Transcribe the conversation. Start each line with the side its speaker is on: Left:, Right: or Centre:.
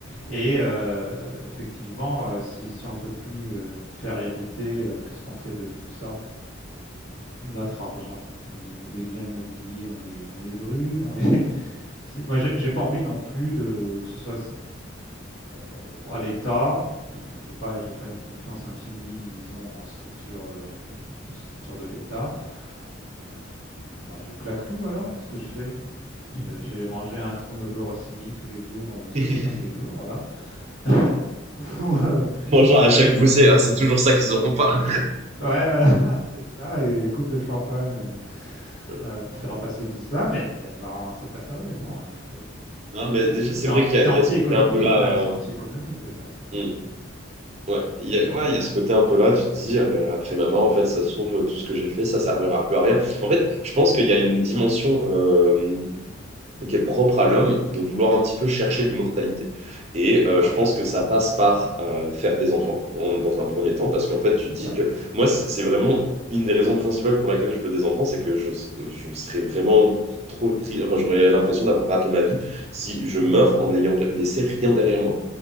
Left: Et euh, effectivement, euh, si, si on peut plus euh, faire hériter, euh, qu'est-ce qu'on fait de tout ça? notre argent. On- les biens immobiliers, on les, on les brûle. On les... <laughs> C'est- Moi, j'ai j'ai pas envie non plus de que ce soit bon à l'État. pff, J'ai pas, j'ai pas une confiance infinie, disons, en structure, euh, structure de l'État. Euh, bah, je claque tout alors. Qu'est-ce que je fais Je- J'ai mangé un tourneau d'or Rossini tous les jours euh, jusqu'à
Right: <laughs>
Left: la fin de mes jours, voilà. <laughs> Ou euh,
Right: Bonjour
Left: j'achète
Right: à chaque boussée,
Left: euh,
Right: hein, c'est toujours ça qu'ils auront pas.
Left: Ouais, voilà, <laughs> c'est ça, et coupe de champagne euh,
Right: <laughs>
Left: euh, pour faire passer tout ça, mais euh, non, c'est pas sérieux, non, il faut.
Right: Non, mais
Left: C'est
Right: déjà,
Left: c'est-
Right: c'est
Left: c'est
Right: vrai
Left: anti,
Right: qu'il y
Left: c'est
Right: a, il
Left: anti-économique
Right: y a ce côté un peu là.
Left: même, c'est anti-économique
Right: euh,
Left: de faire ça.
Right: hmm, ouais, il
Left: C'est
Right: y
Left: idiot.
Right: a, ouais, il y a ce côté un peu là. Tu te dis, ah ben, après maman, en fait, ça se trouve, tout ce que j'ai fait, ça servira plus à rien. En fait, je pense qu'il y a une dimension euh, qui est propre à l'homme de vouloir un petit peu chercher l'immortalité. Et euh,
Left: Ouais.
Right: je pense que ça passe par euh, faire des enfants en- dans un premier
Left: Ouais.
Right: temps, parce qu'en fait, tu te dis
Left: Ouais,
Right: que moi, c'est c'est vraiment une des raisons principales pour laquelle je veux des enfants, c'est que je, je serais vraiment trop triste, enfin, j'aurais l'impression d'avoir raté ma vie si je
Left: mhm.
Right: meurs en n'ayant laissé rien derrière moi.